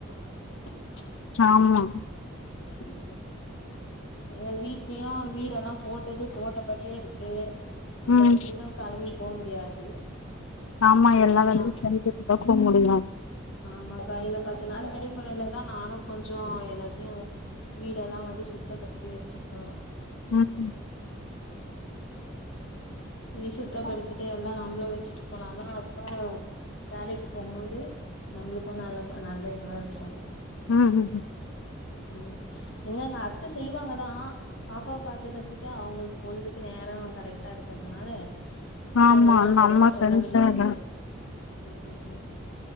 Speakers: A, on the left; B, on the left.
A: <inaudible>
B: ஆமா
A: ம் எங்க வீட்லயு வீடெல்லா போட்டது போட்டபடியே இருக்கு. நம்ம
B: ம்
A: திடீர்ன்னு கெளம்பி போ முடியாது.
B: ஆமா
A: சேரி
B: எல்லா
A: அதா
B: வேலையு செஞ்சு <inaudible> ட்டுதா போ முடியு
A: ஆமாக்கா, இந்த பத்து நாள் விடுமுறையிலதா நானு கொஞ்சோ எல்லாத்தையு வீடெல்லா வந்து சுத்தப்படுத்தி வச்சுக்குவோ.
B: ம்
A: செரி சுத்தப்படித்திட்டு எல்லா நம்மளு வச்சுட்டு போனாதா அப்றொ வேலைக்கு போம்போது நம்மளுக்கு நல்ல நல்ல இதுவா இருக்கு.
B: ம் ம் ம்
A: ம் எங்கங்க அத்த செய்வாங்கதா பாப்பா பாத்துக்கறதுக்கே அவங்களுக்கு பொழுதுக்கு நே நேரோ கரெக்ட்டா இருக்கறதுனால அவங்களையு
B: ஆமா
A: நம்ம எதா சொல்ல
B: செஞ்சாதா
A: முடியாது. ம் ம் ம்